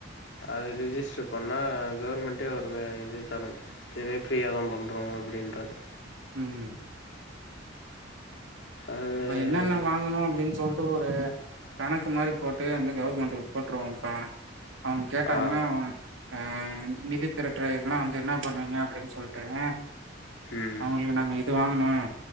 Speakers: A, on the left (about 70°); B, on the right (about 85°).
A: அத ரிஜிஸ்டர் பண்ணா கவர்மெண்ட்டே ஒரு ம இது தரு இதுவே ஃப்ரீயாதா பண்றோ அப்டின்றது
B: ம்
A: அது
B: இப்ப என்னென்ன வாங் கனு அப்டின் சொல்ட்டு ஒரு கணக்கு மாரி போட்டு வந்து கவுர்மெண்ட்டுக்கு போட்ருவோம்ப்பா அவுங் கேட்டாங்கனா
A: ஆ
B: அவுங்க ஆஹ் நிதி திரட்டு இதுலா வந்து என்ன பண்ணுவீங்க அப்படின்னு சொல்லிட்டுங்க
A: ம்
B: அவங்களுக்கு நாங்கள் இது வாங்கணும்